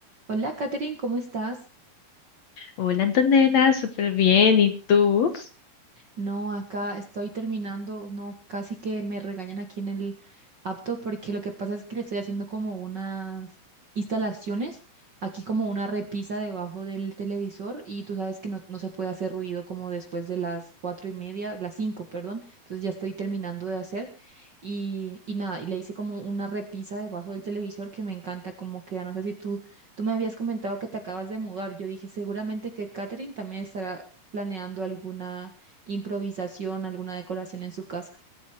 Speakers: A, on the right (about 40°); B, on the left (about 60°).
A: Hola, Katherine, ¿cómo estás?
B: Hola Antonella, súper bien. ¿Y tú?
A: No, acá estoy terminando, no, casi que me regañan aquí en el apto porque lo que pasa es que le estoy haciendo como unas instalaciones, aquí como una repisa debajo del televisor y tú sabes que no, no se puede hacer ruido como después de las cuatro y media, las cinco, perdón, entonces ya estoy terminando de hacer y, y nada, y le hice como una repisa debajo del televisor que me encanta como queda, no sé si tú, tú me habías comentado que te acabas de mudar, yo dije seguramente que Katherine también estará planeando alguna improvisación, alguna decoración en su casa.